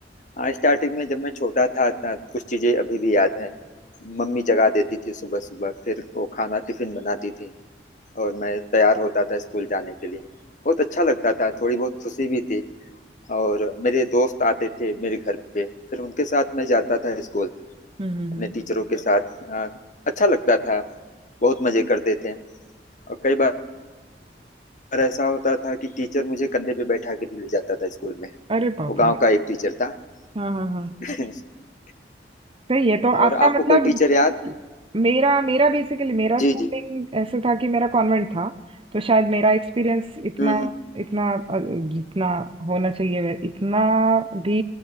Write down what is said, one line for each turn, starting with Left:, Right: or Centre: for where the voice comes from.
Left: हाँ स्टार्टिंग में जब मैं छोटा था ना, कुछ चीजें अभी भी याद हैं मम्मी जगा देती थी सुबह सुबह फिर वो खाना टिफिन बनाती थी और मैं तैयार होता था स्कूल जाने के लिए बहुत अच्छा लगता था थोड़ी बहुत खुशी भी थी और मेरे दोस्त आते थे मेरे घर पे फिर उनके साथ मैं जाता था स्कूल
Right: हम्म हम्म,
Left: अपने
Right: हम्म।
Left: टीचरों के साथ अ, अच्छा लगता था बहुत मजे करते थे और कई बार ऐसा होता था कि टीचर मुझे कंधे पे बैठा के भी ले जाता था स्कूल में
Right: अरे बाप
Left: वो
Right: रे
Left: गांव का एक टीचर था
Right: हाँ हाँ हाँ
Left: <laughs>
Right: सही है तो
Left: और
Right: आपका
Left: आपको
Right: मतलब
Left: कोई टीचर याद
Right: मेरा मेरा बेसिकली मेरा स्कूलिंग
Left: जी जी
Right: ऐसे था कि मेरा कॉन्वेंट था तो शायद मेरा एक्सपीरियंस इतना
Left: हम्म हम्म।
Right: इतना अ, जितना होना चाहिए वै- इतना भी